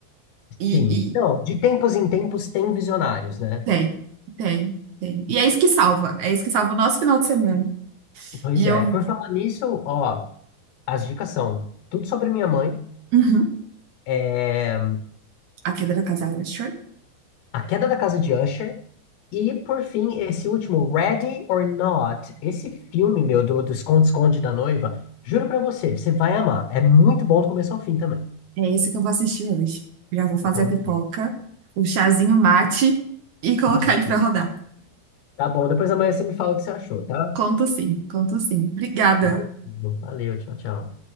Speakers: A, on the right; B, on the left.
A: E,
B: Sim.
A: e
B: Então, de tempos em tempos tem visionários, né?
A: tem, tem, tem. E é isso que salva. É isso que salva o nosso final de semana.
B: Pois
A: E eu.
B: é. Por falar nisso, ó, as dicas são tudo sobre minha mãe.
A: Uhum.
B: É,
A: A Queda da Casa Elefante.
B: A Queda da Casa de Usher. E, por fim, esse último, Ready or Not. Esse filme, meu, do, do Esconde-Esconde da Noiva, juro pra você, você vai amar. É muito bom do começo ao fim também.
A: É isso que eu vou assistir hoje. Já vou fazer
B: Então,
A: a
B: beleza.
A: pipoca, o chazinho mate e colocar
B: Ai,
A: ele pra rodar.
B: tá bom, depois amanhã você me fala o que você achou, tá?
A: Conto sim, conto sim. Obrigada.
B: Valeu, valeu, tchau, tchau.